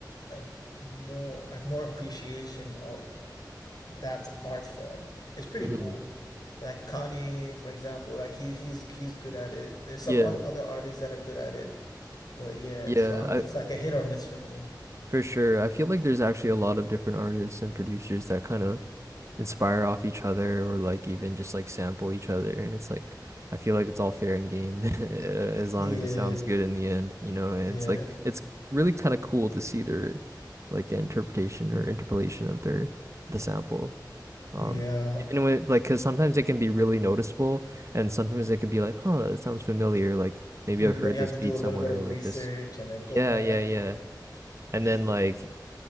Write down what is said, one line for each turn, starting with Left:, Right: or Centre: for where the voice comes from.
Left: a more like more appreciation of that art form. It's pretty
Right: Mhm.
Left: cool. Like Kanye, for example, like he he's he's good at it. There's some
Right: Yeah,
Left: o- other artists that are good at it, but yeah.
Right: yeah,
Left: So I'm
Right: I
Left: it's like a hit or miss for me.
Right: for sure. I feel like there's actually a lot of different artists and producers that kind of inspire off each other or like even just like sample each other and it's like I feel like it's all fair and game <laughs> as
Left: Yeah,
Right: long as it sounds good in the end, you know, and
Left: yeah.
Right: it's like it's really kind of cool to see their like interpretation or interpolation of their the sample. Um
Left: Yeah.
Right: even when like because sometimes it can be really noticeable and sometimes it can be like, huh, that sounds familiar, like maybe
Left: Mm,
Right: I've heard
Left: then you
Right: this
Left: have to
Right: beat
Left: do a
Right: somewhere
Left: little bit of
Right: or like
Left: research
Right: this.
Left: and then go
Right: Yeah,
Left: back.
Right: yeah, yeah. And
Left: Yeah.
Right: then like